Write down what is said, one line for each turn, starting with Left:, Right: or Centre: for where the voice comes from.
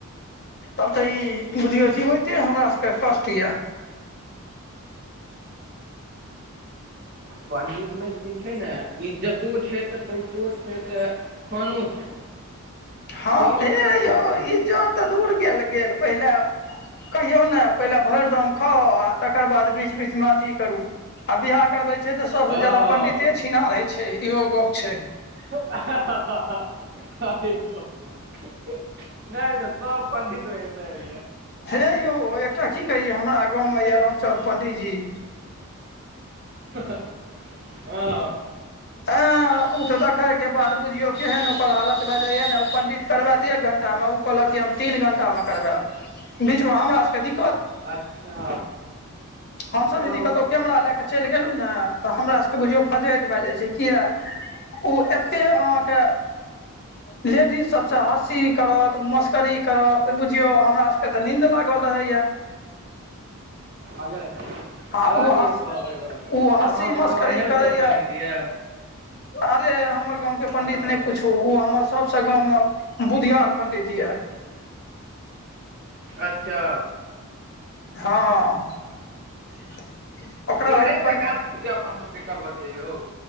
Left: तब त ई बुझियौ जीबैते हमरा सभके कष्ट यै।
Right: पंडितमे, <unintelligible> छै ने इज्जतो छै त पइसो छै त खानो छै।
Left: हँ
Right: सभकिछु
Left: हे
Right: छै
Left: यौ
Right: पण्डितमे
Left: इज्जोत त दूर के लेकिन पहिले, कहियौ ने पहिले भइर दम खाउ आ तकर बाद बीच बीचमे अथी करू, आ बियाह करबैत छै त सबसे
Right: हँ
Left: जादा पंडिते छिनार हेय छै इहो गप छै।
Right: ह ह ह ह अरे बाप रे नय ने सब पंडित, तेनइया।
Left: हे यौ एकटा की कहिये हमरा गाँव में ये रामचंद पंडीजी,
Right: ह ह हँअ।
Left: आँ। ओ त देखय के बाद बुझियौ केहन ओकर हालत भ जाइया ने ओ पंडित करबैत एक घण्टामे उ, कहलक हम तीन घंटा मे करबैब बीचमे हमरा सबके अधिक,
Right: अच्छा।
Left: हमसभ
Right: ओ
Left: यदि कतहु कैमरा ले क चइल गेलहु ने त हमरा सबके बुझियौ फजीहत भए जाइ छै। किए ओ एते अहाँके, लेडीज सब से हँसी करत मस्करी, कर त बुझियो हमरा सबके त नींद लागल रहैया।
Right: अरे
Left: आ ओ हँस
Right: बाप रे बाप
Left: ओ
Right: अहाँ
Left: हँसी
Right: के
Left: मस्करी
Right: गाँव मे एहन
Left: करैया
Right: सब पंडित ये।
Left: अरे हमर गाम के पंडित
Right: हँ
Left: ने पूछू उ हमर सबसे गाम में बुधियार पंडित ये।
Right: अच्छा।
Left: हँ। ओकरा
Right: इम्हरे
Left: एहन
Right: जे
Left: पंड
Right: एकादशी उद्यापन सबके करलक यऽ यौ